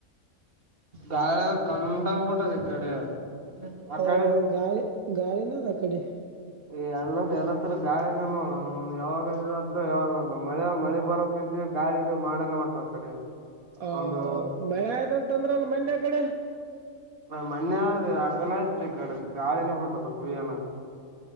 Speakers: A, on the right; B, on the right.
A: ಗಾಳ ಕಂಡ ಕೊಟ್ಟದ ಕಡೆ ಆ
B: ಹೌದೌದು
A: ಕಡೆ
B: ಗಾಳಿ ಗಾಳಿ ನ ತ ಕಡೆ
A: ಈ ಎಲ್ಲದ ಎಲ್ಲತ್ತ ಗಾಳಿನ ನೋಡೋಣ ಯಾವಾಗ ಯಾವಾಗ ಮಳೆ ಮಳೆ ಬರಕಂತ ಗಾಳಿಗ ಮಾಡನ ಟ ಅವ್ ಕಡೆ
B: ಹ
A: ಒಂದು
B: ಮಳೆ ಇಂತಂದ್ರ ಅಲ್ ಮನ್ಯ ಕಡೆ
A: ಮಣ್ಣೆ ಅಣತ ಕಡೆ ಗಾಳಿನ ಪಟ್ಟದ ಕುಯ್ಯಣ